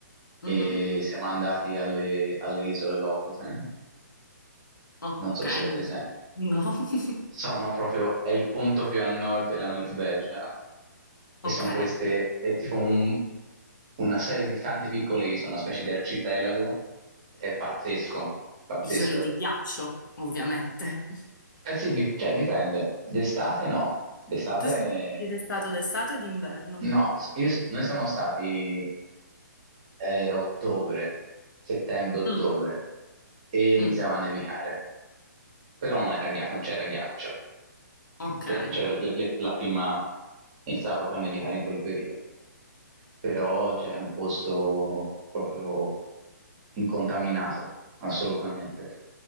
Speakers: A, on the right; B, on the left.
A: e
B: Mhm.
A: siamo andati alle, alle isole Lofoten,
B: Ok,
A: non so se è presente.
B: no. <laughs> No.
A: Sono proprio, è il punto più a nord della Norvegia. E
B: Ok.
A: sono queste, è tipo un- una serie di tante piccole che sono una specie di arcipelago, ed è pazzesco, pazzesco.
B: Isole di ghiaccio, ovviamente. <laughs>
A: Eh sì, di- cioè dipende, d'estate no, d'estate
B: Tu siete stato d'estate o d'inverno?
A: no, Io- noi siamo stati, era ottobre, settembre-ottobre,
B: Mm,
A: e iniziava
B: mm,
A: a nevicare, però non era ghiaccio, non c'era ghiaccio,
B: ok.
A: cioè
B: ok.
A: c'era l- l- la prima, iniziava proprio a nevicare in quel periodo. però cioè, è un posto proprio incontaminato, assolutamente.